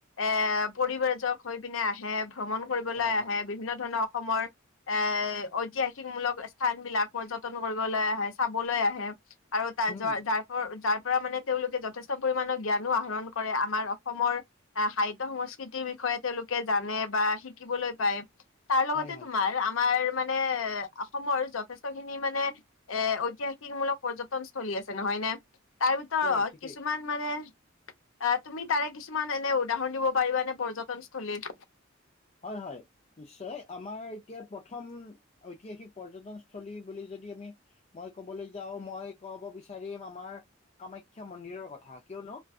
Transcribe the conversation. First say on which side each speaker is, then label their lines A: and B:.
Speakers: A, on the left; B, on the left.
A: এ পৰিবজক হৈ পিনে আহে, ভ্ৰমণ কৰিবলৈ
B: হয় হয়
A: আহে বিভিন্ন ধৰণৰ অসমৰ এ ঐতিহাসিকমূলক স্থান বিলাক, পৰ্যতন কৰিবলৈ আহে, চাবলৈ আহে, আৰু তাৰ
B: উম
A: যাৰ যাৰ পৰা মানে তেওঁলোকে যথেষ্ট পৰিমণৰ জ্ঞানো আহৰণ কৰে, আমাৰ অসমৰ সাহিত্য সংস্কৃতিৰ বিষয়ে তেওঁলোকে জানে বা শিকিবলৈ পায়, তাৰ লগতে
B: হয় হয়
A: <unintelligible> আমাৰ মানে অসমৰ যথেষ্ট খিনি মানে এ ঐতিহাসিকমূলক পৰ্যটনস্থলী আছে নহয় নে? তাৰ ভিতৰত
B: একেবাৰে ঠিকেই
A: কিছুমান মানে আ তুমি তাৰে কিছুমান এনে উদাহৰণ দিব পাৰিবা এনে পৰ্যটনস্থলীত?
B: হয়', হয়',। নিশ্চয়, আমাৰ এতিয়া প্ৰথম ঐতিহাসিক পৰ্যটনস্থলী বুলি যদি আমি মই কবলৈ যাও, মই কব বিচাৰিম আমাৰ কামাখ্যা মন্দিৰৰ কথা কিয়নো